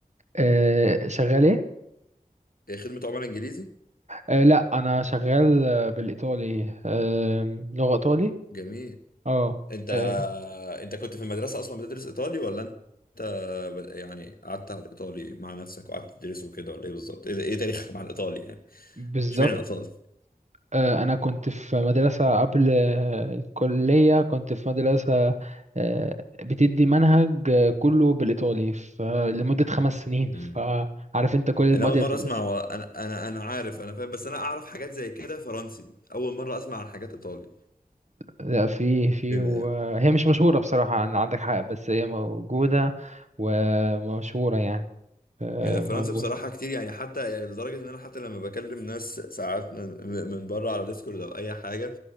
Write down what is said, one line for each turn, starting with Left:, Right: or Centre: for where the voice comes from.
Right: آه، شغال ايه؟
Left: ايه خدمة عملاء انجليزي؟
Right: آه، لا انا شغال آه، بالايطالي آه، لغة ايطالي
Left: جميل
Right: اه
Left: انت
Right: آه،
Left: انت كنت في المدرسة اصلا بتدرس ايطالي ولا انت ب- يعني قعدت على الايطالي مع نفسك وقعدت تدرسه كده ولا ايه بالظبط؟ ايه ايه تاريخك مع الايطالي يعني؟
Right: بالظبط
Left: اشمعنى الايطالي؟
Right: آه، أنا كنت في مدرسة قبل آه، الكلية كنت في مدرسة آه، بتدي منهج آه، كله بالإيطالي ف- لمدة خمس سنين فعارف
Left: امم
Right: أنت كل المواد
Left: انا اول
Right: اللي
Left: مره
Right: بتدرس
Left: اسمع و... انا انا انا عارف انا فاهم بس انا اعرف حاجات زي كده فرنسي اول مره اسمع عن حاجات ايطالي
Right: لا في في
Left: فاهم
Right: وهي مش مشهورة بصراحة عن- عندك حق بس هي موجودة ومشهورة يعني آه،
Left: هي
Right: موجودة
Left: فرنسا بصراحة كتير يعني حتى يعني لدرجة إن أنا حتى لما بكلم ناس ساعات من من بره على ديسكورد أو أي حاجة